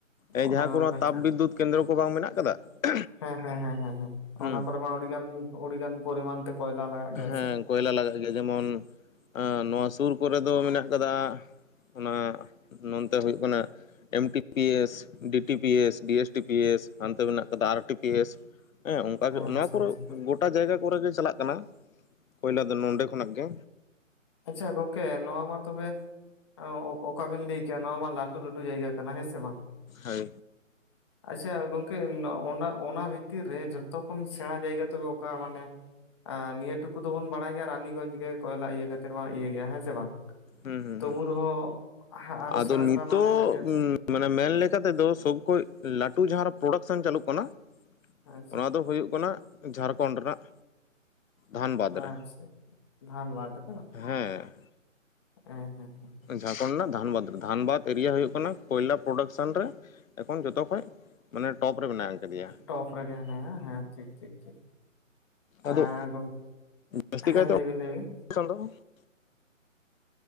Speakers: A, on the left; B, on the left.
A: ᱮᱸ
B: ᱚᱱᱟ
A: ᱡᱟᱦᱟᱸ ᱠᱚ ᱱᱚᱣᱟ
B: ᱠᱷᱟᱛᱤᱨ
A: ᱛᱟᱯ ᱵᱤᱫᱽᱫᱩᱛ ᱠᱮᱱᱫᱨᱚ ᱠᱚ ᱵᱟᱝ ᱢᱮᱱᱟᱜ ᱠᱟᱫᱟ? ᱠᱷᱩᱜ
B: ᱦᱮᱸ ᱦᱮᱸ ᱦᱮᱸ
A: ᱦᱩᱸ
B: ᱚᱱᱟ ᱠᱚᱨᱮ ᱢᱟ ᱟᱹᱰᱤᱜᱟᱱ ᱟᱹᱰᱤᱜᱟᱱ ᱯᱚᱨᱤᱢᱟᱱ ᱛᱮ ᱠᱚᱭᱞᱟ ᱞᱟᱜᱟᱜ ᱜᱮᱭᱟ
A: ᱦᱮᱸ
B: ᱥᱮ
A: ᱠᱚᱭᱞᱟ ᱞᱟᱜᱟᱜ ᱜᱮᱭᱟ, ᱡᱮᱢᱚᱱ ᱟᱸ ᱱᱚᱣᱟ ᱥᱩᱨ ᱠᱚᱨᱮ ᱫᱚ ᱢᱮᱱᱟᱜ ᱠᱟᱫᱟ ᱚᱱᱟ ᱱᱚᱱᱛᱮ ᱦᱩᱭᱩᱜ ᱠᱟᱱᱟ M T P S, D T P S, D S T P S ᱦᱟᱸᱱᱛᱮ ᱢᱮᱱᱟᱜ ᱠᱟᱫᱟ ᱟᱨ ᱴᱤ ᱯᱤ ᱮᱥ, ᱦᱮᱸ ᱚᱱᱠᱟᱜᱮ
B: ᱟᱪᱪᱷᱟ
A: ᱱᱚᱣᱟ ᱠᱚᱨᱮ
B: ᱟᱪᱪᱷᱟ
A: ᱜᱚᱴᱟ ᱡᱟᱭᱜᱟ ᱠᱚᱨᱮ ᱜᱮ ᱪᱟᱞᱟᱜ ᱠᱟᱱᱟ, ᱠᱚᱭᱞᱟ ᱫᱚ ᱱᱚᱸᱰᱮ ᱠᱷᱚᱱᱟᱜ ᱜᱮ᱾
B: ᱟᱪᱪᱷᱟ ᱜᱚᱝᱠᱮ ᱱᱚᱣᱟ ᱢᱟ ᱛᱚᱵᱮ ᱟᱸ ᱚᱠᱟᱵᱤᱱ ᱞᱟᱹᱭ ᱠᱮᱭᱟ ᱱᱚᱣᱟ ᱢᱟ ᱞᱟᱹᱴᱩ ᱞᱟᱹᱴᱩ ᱡᱟᱭᱜᱟ ᱠᱟᱱᱟ ᱦᱮᱸ ᱥᱮ ᱵᱟᱝ?
A: ᱦᱳᱭ
B: ᱟᱪᱪᱷᱟ ᱜᱚᱝᱠᱮ ᱱᱚ ᱚᱱᱟ ᱚᱱᱟ ᱵᱷᱤᱛᱤᱨ ᱨᱮ ᱡᱷᱚᱛᱚ ᱠᱷᱚᱱ ᱥᱮᱬᱟ ᱡᱟᱭᱜᱟ ᱛᱚᱵᱮ ᱚ ᱠᱟ ᱢᱟᱱᱮ ᱱᱤᱭᱟᱹ ᱴᱩᱠᱩ ᱫᱚᱵᱚᱱ ᱵᱟᱲᱟᱭ ᱜᱮᱭᱟ ᱨᱟᱱᱤᱜᱚᱧᱡᱽ ᱜᱮ ᱠᱚᱭᱞᱟ ᱤᱭᱟᱹ ᱠᱟ ᱛᱮᱢᱟ ᱤᱭᱟᱹ ᱜᱮᱭᱟ ᱦᱮᱸ ᱥᱮ ᱵᱟᱝ?
A: ᱦᱩᱸ ᱦᱩᱸ
B: ᱛᱚᱵᱩ
A: ᱦᱩᱸ
B: ᱨᱮᱦᱚᱸ ᱟᱨᱚ
A: ᱟᱫᱚ
B: ᱥᱮᱬᱟ
A: ᱱᱤᱛᱚᱜ
B: ᱥᱮᱬᱟ ᱢᱟ ᱦᱮᱱᱟᱜ ᱜᱮᱭᱟ ᱥᱮ?
A: ᱢᱟᱱᱮ ᱢᱮᱱ ᱞᱮᱠᱟᱛᱮᱫᱚ ᱥᱚᱵ ᱠᱷᱚᱡ ᱞᱟᱹᱴᱩ ᱡᱟᱦᱟᱸ ᱯᱨᱚᱰᱟᱠᱥᱮᱱ ᱪᱟᱹᱞᱩᱜ ᱠᱟᱱᱟ
B: ᱟᱪᱪᱷᱟ
A: ᱚᱱᱟ ᱫᱚ ᱦᱩᱭᱩᱜ ᱠᱟᱱᱟ ᱡᱷᱟᱲᱠᱷᱚᱱᱰ ᱨᱮᱱᱟᱜ, ᱫᱷᱟᱱᱵᱟᱫᱽ
B: ᱟᱪᱪᱷᱟ
A: ᱨᱮ
B: ᱫᱷᱟᱱᱵᱟᱫᱽ <unintelligible>
A: ᱦᱮᱸ
B: ᱦᱮᱸ ᱦᱮᱸ ᱦᱮᱸ
A: ᱡᱷᱟᱲᱠᱷᱚᱸᱰ ᱨᱮᱱᱟᱜ ᱫᱷᱟᱱᱵᱟᱫᱽ ᱫᱷᱟᱱᱵᱟᱫᱽ ᱮᱨᱤᱭᱟ ᱦᱩᱭᱩᱜ ᱠᱟᱱᱟ ᱠᱚᱭᱞᱟ ᱯᱨᱚᱰᱟᱠᱥᱚᱱ ᱨᱮ, ᱮᱠᱷᱚᱱ ᱡᱚᱛᱚᱠᱷᱚᱡ ᱢᱟᱱᱮ ᱴᱚᱯ ᱨᱮ ᱢᱮᱱᱟᱜ, ᱟᱠᱟᱫᱮᱭᱟ
B: ᱴᱚᱯ ᱨᱮᱜᱮ ᱢᱮᱱᱟᱭᱟ ᱦᱮᱸ ᱴᱷᱤᱠ ᱴᱷᱤᱠ ᱴᱷᱤᱠ
A: ᱟᱫᱚ
B: ᱟᱸ ᱜᱚᱝ
A: ᱡᱟᱹᱥᱛᱤ
B: ᱦᱮᱸ,
A: ᱠᱟᱭᱛᱮ
B: ᱞᱟᱹᱭ ᱵᱤᱱ ᱞᱟᱹᱭ ᱵᱤᱱ
A: <unintelligible>